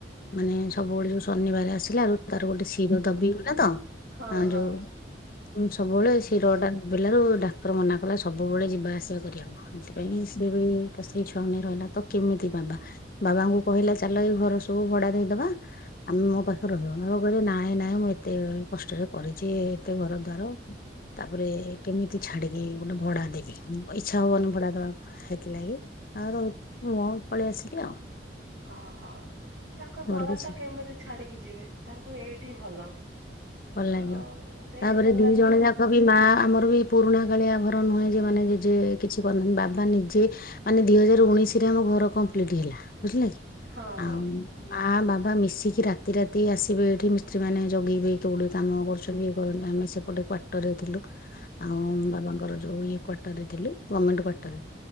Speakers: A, on the left (about 50°); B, on the right (about 75°).
A: ମାନେ ସବୁବେଳେ ଯୋଉ ଶନିବାର ଆସିଲାବେଳୁ ତାର ଗୋଟେ ଶିର ଦବିଗଲା ତ
B: ହଁ
A: ଆ
B: ହଁ
A: ଯୋଉ ସବୁବେଳେ ଶିରଟା ଗଲାରୁ ଡାକ୍ତର ମନା କଲା ସବୁବେଳେ ଯିବା ଆସିବା କରିଆ ସେଥିପାଇଁ ସିଏ ବି ତା ସ୍ତ୍ରୀ ଛୁଆଙ୍କୁ ରହିଲା ତ କେମିତି ବାବା ବାବାଙ୍କୁ କହିଲା ଚାଲ ଏଇ ଘର ସବୁ ଭଡା ଦେଇଦବା। ଆ ମୋ ପାଖରେ ରହିବ ବାବା କହିଲେ ନାଇଁ ନାଇଁ ମୁଁ ଏତେ କଷ୍ଟରେ କରିଛି ଏତେ ଘରଦ୍ଵାର ତାପରେ କେମିତି ଛାଡିକି ଗୋଟେ ଭଡା ଦେବି ଇଚ୍ଛା ହବନି ଭଡା ଦବାକୁ ସେଥିଲାଗି ଆଉ ରହ ମୁୁଁ ପଳେଇଆସିଲି ଆଉ
B: ଓ ହ ତାଙ୍କ ଘରଟା
A: ମୋର କିଛି
B: କେମିତି ଛାଡିକି ଯିବେ ତାଙ୍କୁ ଏଇଠି ଭଲ।
A: ଭଲ
B: ଆଉ
A: ଲାଗିବ
B: ସେଇଠି
A: ତାପରେ
B: ଭଲ
A: ଦିଜଣ
B: ଲାଗିବ
A: ଯା ତ ବି ମା ଆମର ବି ପୁରୁଣା କାଳିଆ ଘର ନୁହେଁ ଯେ ମାନେ ଜେଜେ କିଛି କରିନାହାଁନ୍ତି ବାବା ନିଜେ ମାନେ ଦିହଜାର ଉଣେଇଶରେ ଆମ ଘର କମ୍ପ୍ଲିଟ ହେଲା ବୁଝିଲେ କି?
B: ହଁ
A: ଆଉ
B: ହଁ
A: ମା ବାବା ମିଶିକି ରାତି ରାତି ଆସିବେ ଏଇଠି ମିସ୍ତ୍ରୀ ମାନେ ଜଗିବେ କେତେଗୁଡିଏ କାମ କରୁଛନ୍ତି ଇଏ କରନ୍ତି ଆମେ ସେପଟେ କ୍ଵାର୍ଟରରେ ଥିଲୁ। ଆଉ ବାବାଙ୍କର ଯୋଉ ଇଏ କ୍ୱାର୍ଟରରେ ଥିଲୁ ଗମେଣ୍ଟ କ୍ୱାର୍ଟର।